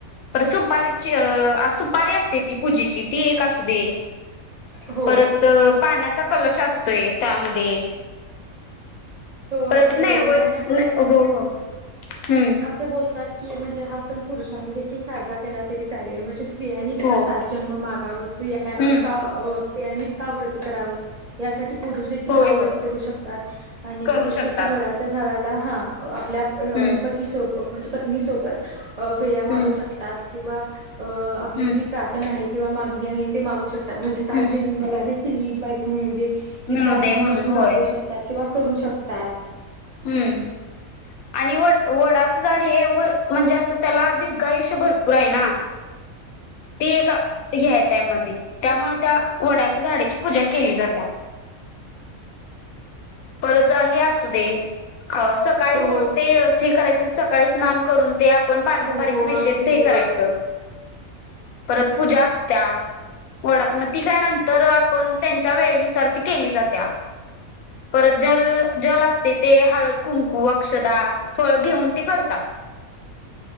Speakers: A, on the left (about 80°); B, on the right (about 45°).
A: पर सुपारीची सुपारी असते ती पूजेची ती एक असू दे
B: हो
A: परत पाण्याचा कलश असतोय त्यामध्ये
B: हो
A: परत
B: अगदी
A: नाही
B: बरोबर
A: होय
B: आणि असं
A: हो
B: बोलतात
A: हो हम्म
B: असं बोलतात की म्हणजे हा सण पुरुषांनी देखील साजरा केला तरी चालेल म्हणजे बियाणीच
A: हो
B: का सात जन्म माग <unintelligible> स्या
A: हम्म
B: का स्या का व्रत करावं यासाठी पुरुष देखील
A: होय
B: हा व्रत
A: होय
B: करू शकतात आणि
A: करू
B: पुरुष
A: शकतात
B: देखील वडाच्या झाडाला हा आप
A: हम्म
B: पती सोब म्हणजे पत्नीसोबत फेऱ्या मारू
A: हम्म
B: शकतात कंवा अ आपली
A: हम्म
B: जी प्रार्थना आहे. किंवा मागणी आहे ते मागू शकत- म्हणजे सात
A: हम्म
B: जन मी मला- हिज बा- ळ ही
A: मिळू
B: प्रार्थना
A: दे म्हणून
B: देखील
A: होय
B: वापरू शकतात किंवा- करू शकतो. तच-
A: हम्म.. आणि व वडाचं झाड हे व म्हणजे असं त्याला दीर्घा आयुष्य भरपूर- पुर आहे ना, ते का? हे त्यामध्ये, त्यामुळे त्या वड्यात- झाडाची पूजा केली जातात. परत हे असू दे. अ सकाळी
B: हो
A: उळते हे करायच सकाळी स्नान- करून तेआप - पण पारंपरिक
B: हो हो
A: विषयेत
B: अगदी
A: ते
B: बरोबर
A: करायचं. परत पूजा असत्या, वडा मग ती काय नंतर आपण त्यांच्या वेळेनुसार ती केली जात्या. परत जल जल असते ते हळद कुंकू अक्षदा फळ घेऊन ते करतात.